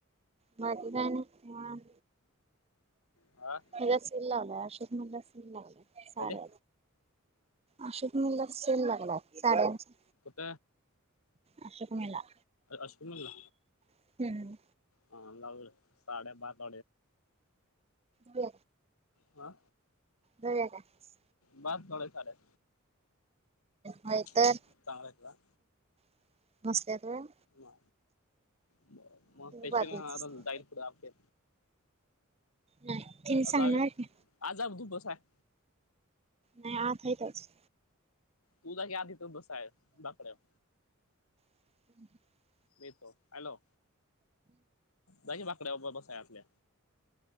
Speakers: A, on the right; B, on the left.
A: माझ काय नाही
B: हा काय
A: त सल लावलाय मला ल् सार
B: ते
A: अशोक मुला सेल लागला साड्यांचा
B: कुठ
A: अशोक मेला
B: अशोक मेला?
A: हम्म
B: हा लावल साड्या बात
A: हो
B: आ
A: द्या यालाच
B: बस थोडेच आलेत
A: होय
B: हो
A: तर
B: चालेल का
A: <unintelligible>
B: ना ब मग पैशे
A: बाजरीच
B: कुठे
A: असते.
B: जाईल कुड आपले
A: नाही तिने सांगणार
B: आज
A: की
B: आजऊ तू बस काय?
A: नाही आत आहेतच
B: तु जायकी आत जाऊन बस काय बाकड्यावर
A: ह
B: मीेतो हॅलो जाकी बाकड्यावर ब बसाया आपल्या